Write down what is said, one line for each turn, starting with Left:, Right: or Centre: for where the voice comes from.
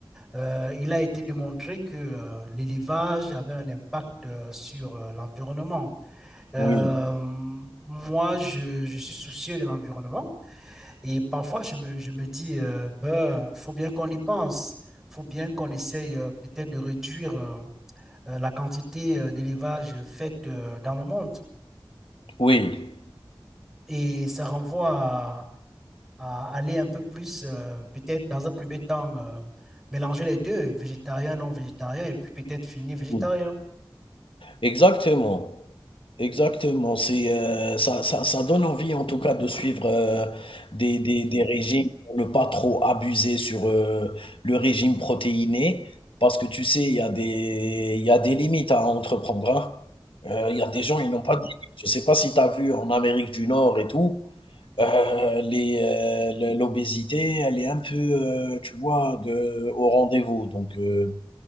Centre: euh, il a été démontré que euh, l'élevage avait un impact euh, sur euh, l'environnement. Euh,
Left: oui,
Centre: moi, je, je suis soucieux de l'environnement et parfois je me, je me dis, euh, ben, faut bien qu'on y pense, faut bien qu'on essaye euh, peut-être de réduire euh, euh, la quantité euh, d'élevage faite euh, dans le monde.
Left: oui,
Centre: Et ça renvoie à, à aller un peu plus, euh, peut-être dans un premier temps, euh, mélanger les deux, végétarien, non végétarien, et puis peut-être finir végétarien.
Left: oui. Exactement. Exactement. C'est, heu, ça ça ça donne envie en tout cas de suivre, heu, des des des régimes pour ne pas trop abuser sur, heu, le régime protéiné. Parce que tu sais, il y a des il y a des limites à entreprendre, hein. Heu, il y a des gens, ils n'ont pas de limites. Je ne sais pas si tu as vu en Amérique du Nord et tout, heu, les, heu, le l'obésité, elle est un peu, heu, tu vois, de au rendez-vous donc heu